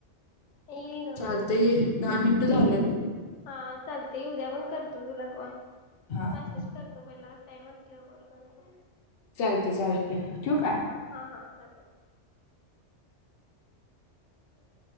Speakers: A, on the left (about 85°); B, on the left (about 55°).
A: येईल ग
B: चालत
A: मग नंतर
B: ये. दहा मिनटं झाल्यात.
A: हा चालते, उद्या पण करतो तुला कॉल,
B: हा
A: मॅसेज
B: हा
A: करतो पहिला टाइम असल्यावर कॉल कर
B: चालते-चालते, ठेऊ का?
A: हं हं चालेल. <inaudible>